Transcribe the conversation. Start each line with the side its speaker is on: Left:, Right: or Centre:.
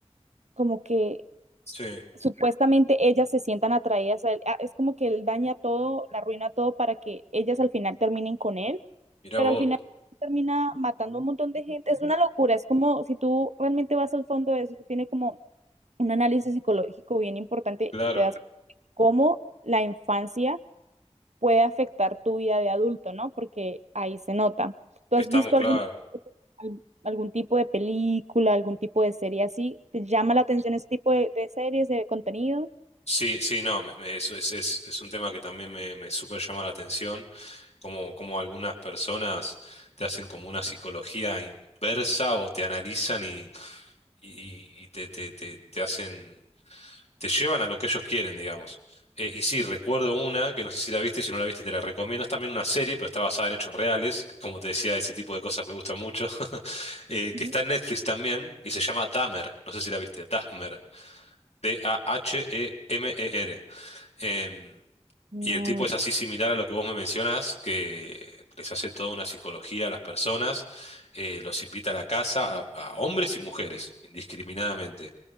Right: como que
Left: Sí,
Right: supuestamente ellas se sientan atraídas a él, ah, es como que él daña todo, la arruina todo para que ellas al final terminen con él,
Left: mirá
Right: pero
Left: vos,
Right: al final termina matando a un montón de gente, es una locura, es como si tú realmente vas al fondo de eso, tiene como un análisis psicológico bien importante
Left: claro,
Right: y te das cómo la infancia puede afectar tu vida de adulto, ¿no? Porque ahí se nota. ¿Tú
Left: estamos
Right: has visto
Left: claro.
Right: algún, al- algún tipo de película, algún tipo de serie así? ¿Te llama la atención ese tipo de, de series, de contenido?
Left: Sí, sí, no, me- me- eso es, es, es un tema que también me, me súper llama la atención, como, como algunas personas te hacen como una psicología inversa o te analizan y, y, y te, te, te, te hacen, te llevan a lo que ellos quieren, digamos. Eh, y sí, recuerdo una, que no sé si la viste, si no la viste te la recomiendo, es también una serie, pero está basada en hechos reales, como te decía, ese tipo de cosas me gustan mucho, <laughs> eh, que
Right: Ujú.
Left: está en Netflix también y se llama Dahmer, no sé si la viste, Dahmer. D a h e m e r Em,
Right: No,
Left: y el tipo es así similar a lo que vos me mencionas, que les hace toda una psicología a las personas, eh, los invita a la casa, a, a hombres y mujeres, indiscriminadamente.